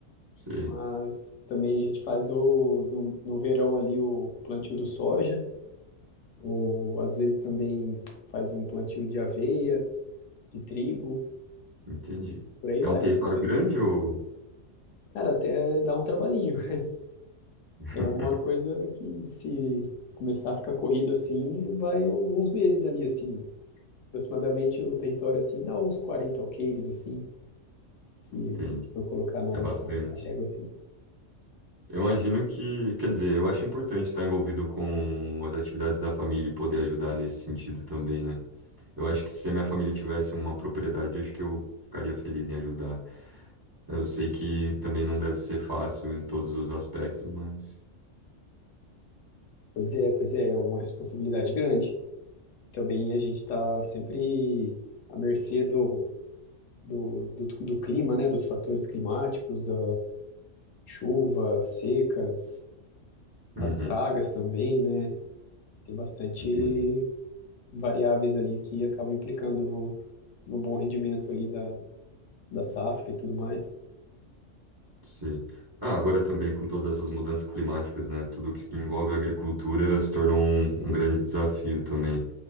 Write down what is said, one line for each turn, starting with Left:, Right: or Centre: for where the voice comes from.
Right: Sei,
Left: mas também a gente faz o, no, no verão ali o plantio do soja, ou às vezes também faz um plantio de aveia, de trigo,
Right: entendi.
Left: por aí
Right: É
Left: vai,
Right: um território
Left: dependendo.
Right: grande ou...
Left: Cara, até dá um trabalhinho.
Right: <laughs>
Left: É uma coisa que se começar a ficar corrido assim, vai alguns meses ali assim. Aproximadamente o território assim dá uns 40 alqueires, assim, se,
Right: Entendi.
Left: se for colocar na,
Right: É
Left: na
Right: bastante.
Left: ponta da régua, assim.
Right: Eu imagino que, quer dizer, eu acho importante estar envolvido com as atividades da família e poder ajudar nesse sentido também, né? Eu acho que se a minha família tivesse uma propriedade, eu acho que eu ficaria feliz em ajudar Eu sei que também não deve ser fácil em todos os aspectos, mas.
Left: Pois é, pois é, é uma responsabilidade grande. Também a gente está sempre à mercê do, do, do, do clima, né? Dos fatores climáticos, da chuva, secas,
Right: Uhum,
Left: as pragas também, né? Tem bastante
Right: entendi.
Left: variáveis ali que acabam implicando no, no bom rendimento ali da, da safra e tudo mais.
Right: Sim. Ah, agora também com todas essas mudanças climáticas, né? Tudo que envolve agricultura se tornou um, um grande desafio também,